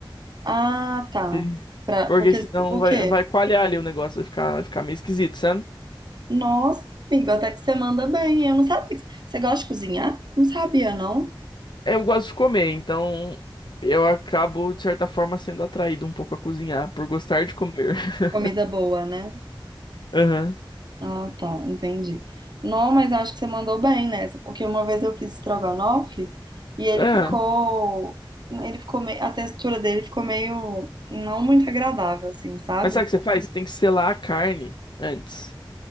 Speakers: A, on the right (about 55°); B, on the left (about 60°).
A: Ah, tá.
B: E-
A: Pra,
B: Porque
A: porque,
B: senão
A: por
B: vai,
A: quê?
B: vai coalhar ali o negócio, vai ficar, vai ficar meio esquisito, sabe?
A: Nossa, amigo, até que você manda bem. Eu não sabia. que- Você gosta de cozinhar? Não sabia, não.
B: É, Eu gosto de comer, então eu acabo, de certa forma, sendo atraído um pouco a cozinhar, por gostar de comer. <laughs>
A: Comida boa, né?
B: Aham.
A: Ah, tá, entendi. Não, mas acho que você mandou bem nessa, porque uma vez eu fiz estrogonofe e ele
B: Ah,
A: ficou, ele ficou meio, a textura dele ficou meio não muito agradável, assim, sabe?
B: mas sabe o que você faz? Você tem que selar a carne antes.